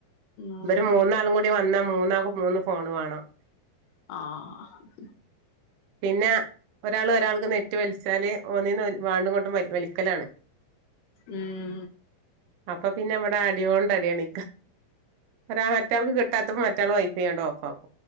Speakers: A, on the left; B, on the right.
A: ഉം
B: ഇവര് മൂന്നാളും കൂടി ടി വന്നാ മൂന്നാക്കും മൂന്ന് ഫോണ് വേണം
A: ആഹ്
B: പിന്നെ ഒരാള് ഒരാൾക്ക് നെറ്റ് വലിച്ചാല് ഓന്നീന്ന് ആണ്ടുംങ്ങോട്ടും വ വലിക്കലാണ്
A: ഉം
B: അപ്പൊ പിന്നെ ഇവിടെ അടിയോണ്ട് അടിയണ് ഒരാ മറ്റർക്ക് കിട്ട ട്ടാത്ത മറ്റാള് വൈഫൈ അങ്ങട് ഓഫആകും